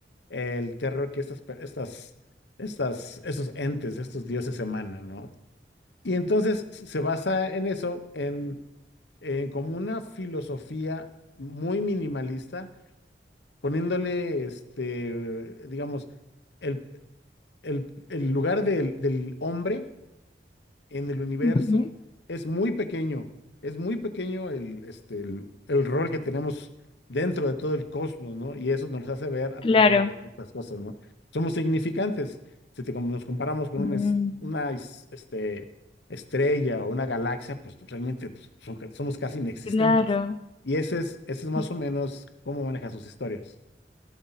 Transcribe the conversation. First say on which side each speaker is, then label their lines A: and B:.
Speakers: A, on the left; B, on the left.
A: el terror que estas, per- estas, estas, estos entes, estos dioses emanan, ¿no? Y entonces se basa en eso, en, en como una filosofía muy minimalista poniéndole, este, digamos, el, el- el lugar del, del hombre en el universo
B: Ujú.
A: es muy pequeño, es muy pequeño el, este, el, el rol que tenemos dentro de todo el cosmos, ¿no? Y eso nos hace ver a
B: Claro.
A: través de estas cosas, ¿no? Somos significantes, si te- como nos comparamos con una,
B: Mm,
A: es- una es- este, estrella o una galaxia, pues realmente pues, son- somos casi inexistentes.
B: Claro.
A: Y ese es, ese es más
B: Sí.
A: o menos cómo maneja sus historias.